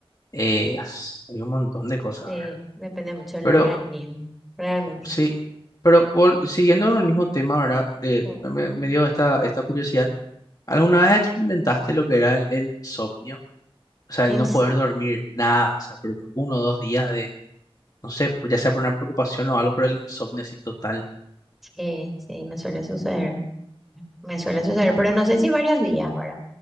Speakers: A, on the left; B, in the centre.
A: eh, as- hay un montón de cosas,
B: Sí,
A: ¿verdad?
B: depende mucho del
A: Pero
B: organismo, realmente.
A: sí, pero vol- siguiendo el mismo tema, ¿verdad? Eh,
B: Ujú.
A: me, me- me dio esta, esta curiosidad. ¿Alguna vez experimentaste lo que era el, el insomnio? O sea,
B: Y
A: el
B: ps-
A: no poder dormir nada, o sea, pero por uno o dos días no sé, por- ya sea por una preocupación o algo por el insomnio así total.
B: sí, sí, me suele suceder. Me suele suceder, pero no sé si varios días, ¿verdad?